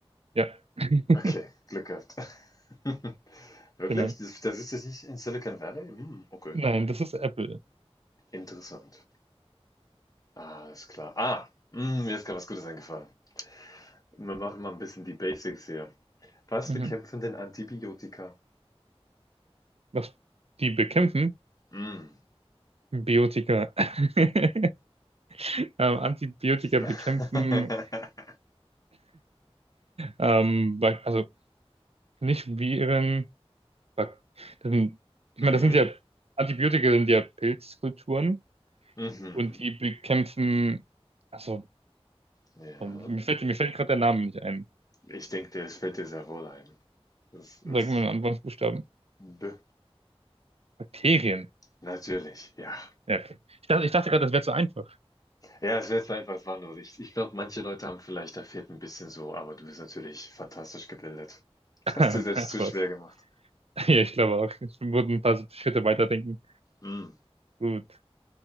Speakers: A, on the right; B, on the left.
A: Ja. <laughs>
B: Okay, Glück gehabt. <laughs> Wirklich?
A: Genau.
B: Das, das ist jetzt nicht in Silicon Valley? Hm, okay.
A: Nein, das ist Apple.
B: Interessant. Alles klar. Ah, hm, mir ist gerade was Gutes eingefallen. Wir machen mal ein bisschen die Basics hier. Was
A: Mhm.
B: bekämpfen denn Antibiotika?
A: Was die bekämpfen?
B: Hm.
A: Biotika. <laughs> Ähm, Antibiotika
B: <laughs>
A: bekämpfen, ähm, Bak- also nicht Viren. Bak das sind, ich
B: Hm,
A: meine, das sind ja, Antibiotika sind ja Pilzkulturen
B: Mhm.
A: und die bekämpfen, also,
B: Ja.
A: ähm, mir fällt, mir fällt gerade der Name nicht ein.
B: Ich denke, das fällt dir sehr wohl ein. Das ist
A: Sag mir einen Anfangsbuchstaben.
B: B.
A: Bakterien.
B: Natürlich, ja.
A: Ja, okay. Ich dachte, ich dachte gerade, das wäre zu einfach.
B: Ja, es wird mal etwas wandeln. Ich, ich glaube, manche Leute haben vielleicht, da fehlt ein bisschen so, aber du bist natürlich fantastisch gebildet. <laughs>
A: <laughs>
B: Hast dir selbst
A: Ach
B: zu
A: was.
B: schwer gemacht.
A: <laughs> Ja, ich glaube auch. Es wurden ein paar so Schritte weiterdenken.
B: Hm.
A: Gut.